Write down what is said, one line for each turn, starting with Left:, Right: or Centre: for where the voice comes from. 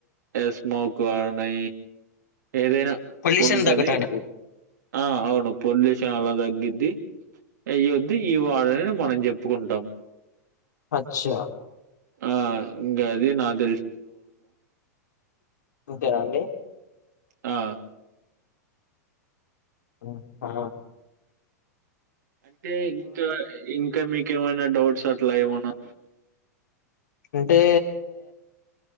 Right: ఏ స్మోక్ గాని ఏదైనా
Left: పొల్యూషన్
Right: ఉంటది.
Left: తగ్గడానికి
Right: ఆ అవును పొల్యూషన్ అలా తగ్గిద్ది అయ్యొద్ది ఈవాడన మనం చెప్ ఓప్పుకుంటాం
Left: అచ్చా
Right: ఆ ఇంకా అది నాది
Left: అంతేనా అండి
Right: ఆ
Left: ఉ ఊ
Right: అంటే ఇంకా ఇంకా మీకేమైనా డౌట్స్ అట్లా ఏవనా
Left: అంటే